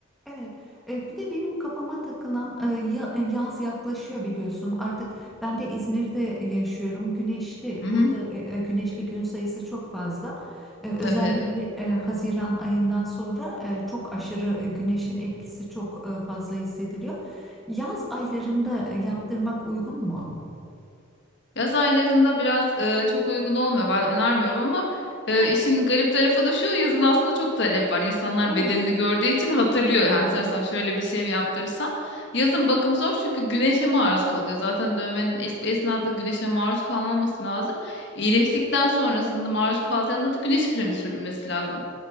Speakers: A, in the centre; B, on the left.
A: Evet, e, bir de benim kafama takılan e, ya- e, yaz yaklaşıyor biliyorsun. Artık ben de İzmir'de yaşıyorum. Güneşli,
B: Hı hı,
A: burada e, e, güneşli gün sayısı çok fazla. E, Özellikle
B: tabii evet.
A: e, Haziran ayından sonra e, çok aşırı güneşin etkisi çok e, fazla hissediliyor. Yaz aylarında yaptırmak uygun mu?
B: Yaz aylarında biraz e, çok uygun olmuyor. Ben önermiyorum ama e,
A: Ha,
B: işin garip tarafı da şu yazın aslında çok talep var. İnsanlar
A: evet,
B: bedenini gördüğü için hatırlıyor. Hani
A: evet,
B: sanırsam şöyle bir şey mi yaptırırsam. Yazın bakım zor çünkü güneşe maruz kalıyor. Zaten dövmenin ilk esnada güneşe maruz kalmaması lazım. İyileştikten sonrasında maruz kalacağında da güneş kremi sürülmesi lazım.